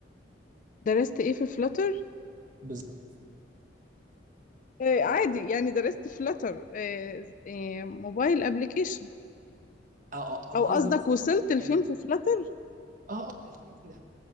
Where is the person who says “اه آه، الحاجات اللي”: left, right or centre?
Right